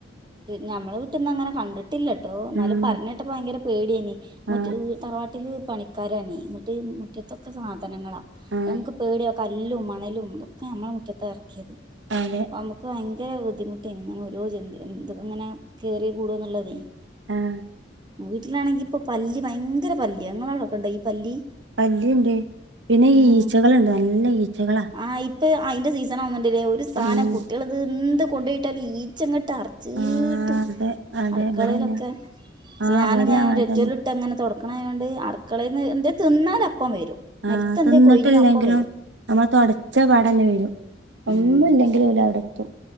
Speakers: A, on the right (about 25°); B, on the right (about 75°).
A: ഞമ്മള വീട്ടിന്ന് അങ്ങനെ കണ്ടിട്ടില്ലട്ടോ. എന്നാലും
B: ഉം
A: പറഞ്ഞ് കേട്ടപ്പോ വയങ്കര പേട്യായിനി
B: ആ
A: മുറ്റ് ഇഹ് തറവാട്ടില് പണിക്കാര് ആണേ. ന്നിട്ട് മുറ്റത്തൊക്കെ സാധനങ്ങളാ
B: ആ
A: നമ്മുക്ക് പേട്യാ. കല്ലും മണലും ഒക്കെ നമ്മളെ മുറ്റത്താ എറക്കിയത്.
B: അതെ
A: നമുക്ക് ഭയങ്കര ബുദ്ധിമുട്ടിന്. ഇങ്ങനെ ഓരോ ജന്തു എന്ത് ഇങ്ങനെ കയറി കൂടോ എന്നുള്ളതേ.
B: ആഹ്
A: വീട്ടിലാണെങ്കി ഇപ്പോ പല്ലി, ഭയങ്കര പല്ല്യാ. ങ്ങളോടൊക്കെണ്ടോ ഈ പല്ലി?
B: പല്ലിയുണ്ട്. പിന്നെ
A: ഉം
B: ഈച്ചകളുണ്ട് നല്ല ഈച്ചകളാ
A: ആ ഇപ്പോ അയിൻ്റെ സീസണാ തോന്നുണ്ട് ല്ലേ. ഒരു സാനം
B: ഉം
A: കുട്ടികളിത് എന്ത് കൊണ്ടയിട്ടാലും ഈച്ചങ്ങോട്ട് അർ ച്ചീട്ട്
B: ആ അതെ അതെ
A: അടുക്കളയിലൊക്കെ
B: ഇവിടെന്നെ
A: പക്ഷേ
B: ആ
A: ഞാനിങ്ങനെ
B: ഇവിടെ അങ്ങനെ
A: <unintelligible>
B: തന്നെ
A: ഇട്ട് അങ്ങനെ തൊടക്കണങ്ങാണ്ട് അട്ക്കളേന്ന്. എന്തേ തിന്നാലപ്പം വരും. നിലത്ത്
B: ആഹ്.
A: എന്തേ
B: തിന്നിട്ടില്ലെങ്കിലും
A: കൊഴിഞ്ഞ അപ്പം വരും
B: നമ്മള് തൊടച്ച പാടന്നെ വരും.
A: ഉം
B: ഒന്നുല്ലേ ലും ഓല് അവിടെത്തും